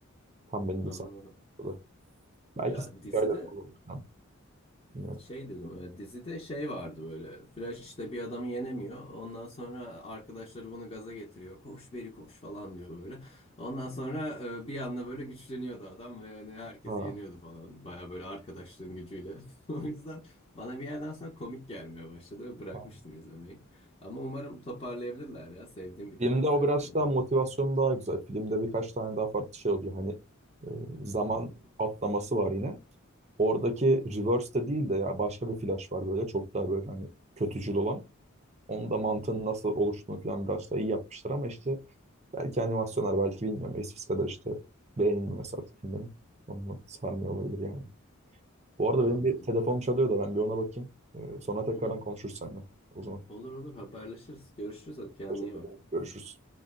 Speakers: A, on the right; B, on the left.
A: Tam benim
B: Anladım.
A: de saklı. Belki
B: Ya dizide
A: hikayeleri kullanırım. Bilmiyorum.
B: Şey dedim e, dizide şey vardı böyle Flash işte bir adamı yenemiyor ondan sonra arkadaşları bunu gaza getiriyor koş beri koş falan diyor böyle ondan sonra e, bir anda böyle güçleniyordu adam ve yani herkesi
A: Ha.
B: yeniyordu falan baya böyle arkadaşlığın gücüyle <laughs> o yüzden bana bir yerden sonra komik gelmeye başladı ve bırakmıştım
A: ha.
B: izlemeyi ama umarım toparlayabilirler ya sevdiğim bir karakter
A: Filmde o biraz
B: yani
A: daha
B: benim
A: motivasyon
B: de.
A: daha güzel. Filmde birkaç tane daha farklı şey oluyor. Hani e,
B: Hı hı,
A: zaman atlaması var yine. Oradaki reverse de değil de ya başka bir flash var böyle çok daha böyle hani kötücül olan. Onun da mantığının
B: hı hı.
A: nasıl oluştuğunu falan biraz daha iyi yapmışlar ama işte belki animasyonlar belki bilmiyorum eskisi kadar işte beğenilmiyor mesela artık filmlerin. Onunla sarmıyor olabilir yani. Bu arada
B: Anladım.
A: benim bir telefonum çalıyor da ben bir ona bakayım. E, sonra tekrardan
B: Hı hı.
A: konuşuruz seninle. O zaman
B: Olur olur haberleşiriz görüşürüz hadi kendine
A: teşekkür
B: iyi bak.
A: ederim. Görüşürüz.